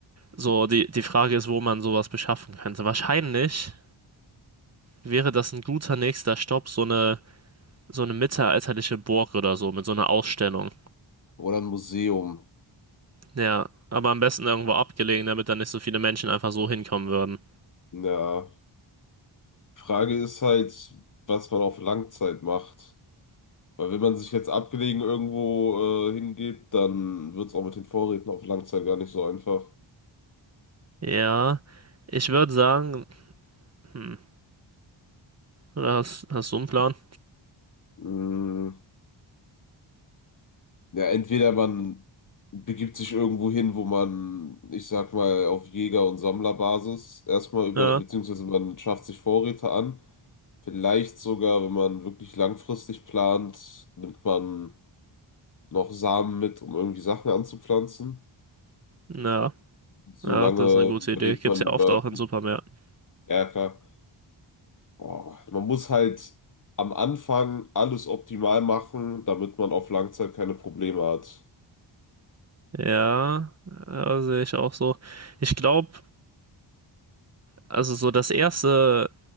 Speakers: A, on the right; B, on the left.
A: so, die, die Frage ist, wo man sowas beschaffen könnte. Wahrscheinlich wäre das ein guter nächster Stopp, so eine so eine mittelalterliche Burg oder so mit so einer Ausstellung.
B: Oder ein Museum.
A: Ja, aber am besten irgendwo abgelegen, damit da nicht so viele Menschen einfach so hinkommen würden.
B: Ja. Frage ist halt, was man auf Langzeit macht. Weil wenn man sich jetzt abgelegen irgendwo äh, hingibt, dann wird es auch mit den Vorräten auf Langzeit gar nicht so einfach.
A: Ja, ich würde sagen, hm, oder hast, hast du einen Plan?
B: Mm, Ja, entweder man begibt sich irgendwo hin, wo man, ich sag mal, auf Jäger- und Sammlerbasis erstmal über,
A: Ja,
B: beziehungsweise man schafft sich Vorräte an. Vielleicht sogar, wenn man wirklich langfristig plant, nimmt man noch Samen mit, um irgendwie Sachen anzupflanzen.
A: ja,
B: Solange
A: ja, das ist eine gute
B: überlebt
A: Idee. Gibt's
B: man
A: ja
B: über.
A: oft auch in Supermärkten.
B: Ja, klar. Boah, man muss halt am Anfang alles optimal machen, damit man auf Langzeit keine Probleme hat.
A: Ja, ja, sehe ich auch so. Ich glaube, also so das erste,